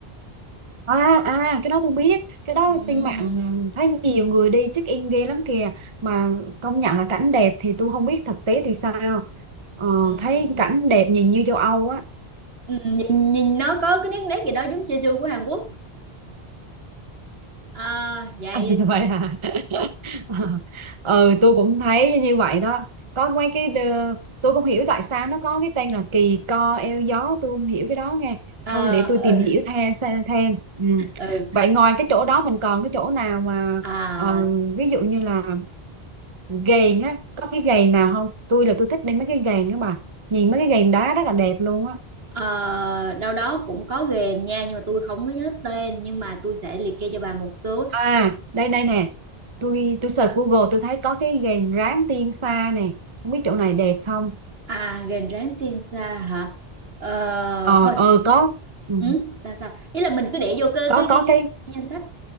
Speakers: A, on the right (about 30°); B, on the right (about 70°).
A: À à cái đó tôi biết Cái đó
B: Ừm,
A: trên mạng thấy nhiều người đi check in ghê lắm kìa Mà công nhận là cảnh đẹp thì tôi không biết thực tế thì sao ờ,
B: ừm,
A: Thấy cảnh đẹp nhìn như châu Âu á
B: ừm, nhìn, nhìn nó có cái nét nét gì đó giống Jeju của Hàn Quốc à, vậy
A: <laughs> Vậy à <laughs> Ừ tôi cũng thấy như vậy đó Có mấy cái đờ- Tôi không hiểu tại sao nó có cái tên là kỳ co eo gió Tôi không hiểu cái đó nghe
B: à,
A: Thôi để
B: ừ,
A: tôi tìm hiểu thêm xem thêm ừ.
B: ừ
A: Vậy ngoài cái chỗ đó mình còn cái chỗ nào mà
B: à,
A: ờ, Ví dụ như là gầy á có cái gầy nào không tôi là tôi thích đi mấy cái gầy nữa bà nhìn mấy cái gầy đá rất là đẹp luôn á
B: ờ, đâu đó cũng có ghềnh nha nhưng mà tôi không có nhớ tên nhưng mà tôi sẽ liệt kê cho bà một số
A: à đây đây nè tôi tôi search Google tôi thấy có cái gầy ráng tiên sa nè không biết chỗ này đẹp không
B: à ghềnh rán tiên sa hả Ờ,
A: ờ
B: thôi
A: ờ có ừ,
B: ừ, sao sao ý là mình cứ để vô cái
A: có
B: cái
A: có
B: cái,
A: cái
B: cái danh sách